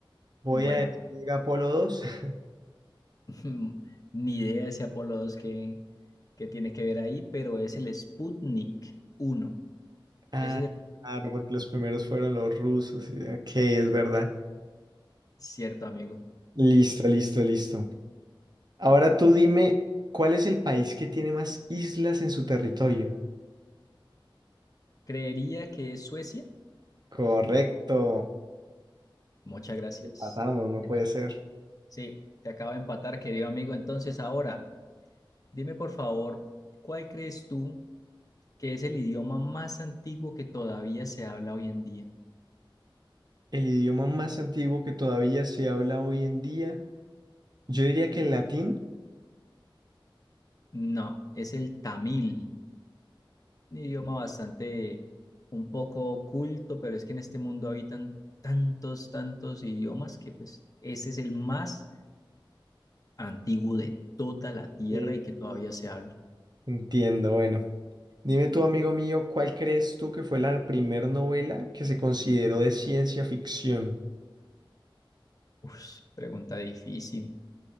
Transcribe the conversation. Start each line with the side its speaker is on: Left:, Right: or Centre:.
Right: Voy
Left: Bueno,
Right: a decir Apolo 2. <laughs>
Left: <laughs> Ni idea ese Apolo 2 que, que tiene que ver ahí, pero es el Sputnik uno
Right: Ah,
Left: Ese es el
Right: claro, porque los primeros fueron los rusos. y- Ok, es verdad.
Left: cierto, amigo.
Right: Listo, listo, listo. Ahora tú dime, ¿cuál es el país que tiene más islas en su territorio?
Left: Creería que es Suecia.
Right: Correcto.
Left: Muchas gracias.
Right: Empatamos, no puede ser.
Left: Sí, te acabo de empatar, querido amigo. Entonces, ahora, dime por favor, ¿cuál crees tú que es el idioma más antiguo que todavía se habla hoy en día?
Right: El idioma más antiguo que todavía se habla hoy en día, yo diría que el latín.
Left: No, es el tamil. un idioma bastante, un poco oculto, pero es que en este mundo habitan tantos, tantos idiomas que pues ese es el más antiguo de toda la Tierra
Right: Eh,
Left: y que todavía
Right: eh,
Left: se habla.
Right: Entiendo, bueno. Dime tú, amigo mío, ¿cuál crees tú que fue la primer novela que se consideró de ciencia ficción?
Left: Uf, pregunta difícil.